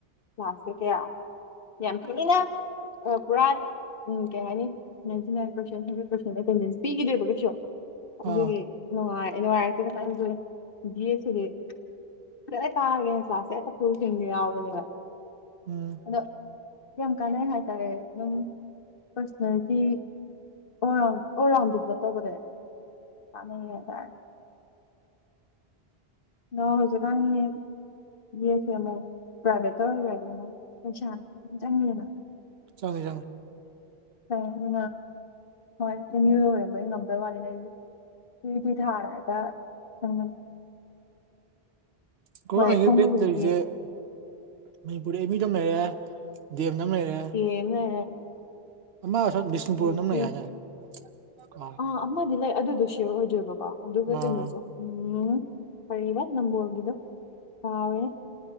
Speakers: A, on the left; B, on the right.
A: ꯀ꯭ꯂꯥꯁꯁꯦ ꯀꯌꯥ ꯌꯥꯝꯊꯤꯅ ꯑ ꯄꯨꯔꯥꯛ ꯎꯝ ꯀꯩ ꯍꯥꯏꯅꯤ ꯅꯥꯏꯟꯇꯤꯅꯥꯏꯟ ꯍꯟꯗ꯭ꯔꯦꯠ ꯄꯔꯁꯦꯟꯇꯦꯁ ꯄꯤꯈꯤꯗꯦꯕ ꯀꯩꯁꯨ ꯑꯗꯨꯒꯤ
B: ꯑꯥ
A: ꯅꯨꯡꯉꯥꯏ ꯅꯨꯡꯉꯥꯏꯔꯛꯇꯦꯗꯅ <unintelligible> ꯕꯤꯏꯦꯠ ꯁꯤꯗꯤ ꯐꯖꯅ ꯀꯥꯔꯒꯦꯅ ꯀ꯭ꯂꯥꯁ ꯍꯦꯛꯇ ꯐꯨꯁꯤꯡꯗꯤ ꯌꯥꯎꯕꯅꯦꯕ
B: ꯎꯝ
A: ꯑꯗꯣ ꯌꯥꯝ ꯀꯥꯟꯅꯩ ꯍꯥꯏꯇꯥꯔꯦ ꯑꯗꯨꯝ personality all round all round develop ꯇꯧꯕꯗꯅꯦ ꯀꯥꯟꯅꯩꯌꯦ ꯍꯥꯏꯇꯥꯔꯦ ꯅꯣ ꯍꯧꯖꯤꯀꯥꯟꯒꯤ ꯌꯦꯠꯁꯦ ꯑꯃꯨꯛ ꯄ꯭ꯔꯥꯏꯚꯦꯠꯇ ꯑꯣꯏꯈ꯭ꯔꯗꯤ ꯑꯃꯨꯛ ꯄꯩꯁꯥꯥꯁꯦ ꯌꯥꯝ ꯆꯪꯉꯦꯅ
B: ꯆꯥꯡꯉꯦ ꯆꯥꯡꯉꯦ
A: ꯑꯗꯨ ꯍꯣꯏ ꯑꯦꯝꯌꯨꯗ ꯑꯣꯏꯕꯒꯤ ꯉꯝꯗꯕ ꯋꯥꯅ ꯁꯤꯋꯨꯏꯇꯤ ꯊꯥꯔꯒ ꯆꯪꯒꯅꯤ
B: <unintelligible>
A: ꯍꯣꯏ ꯍꯣꯡꯕꯕꯨꯗꯤ
B: ꯂꯔꯤꯁꯦ
A: ꯗꯤ ꯑꯦ
B: ꯃꯅꯤꯄꯨꯔ ꯑꯦꯝ ꯂꯩꯔꯦ ꯗꯤꯑꯦꯝꯗ ꯑꯃ ꯂꯩꯔꯦ
A: ꯑꯦ ꯃ
B: ꯑꯃ <unintelligible>
A: ꯑꯗꯒꯤ
B: ꯂꯩ ꯍꯥꯏꯗꯥꯏꯅꯦ ꯀꯥꯎ
A: ꯑꯥ ꯑꯃꯗꯤ ꯂꯩ ꯑꯗꯨꯗꯣ ꯁꯤꯌꯣꯔ ꯑꯣꯏꯗ꯭ꯔꯤꯕꯀꯣ ꯑꯗꯨꯒ
B: ꯑꯥ
A: ꯀꯩꯅꯣꯁꯨ ꯎꯝ ꯀꯩꯔꯤꯕ ꯅꯝꯕꯣꯜꯒꯤꯗꯣ ꯀꯥꯎꯔꯦ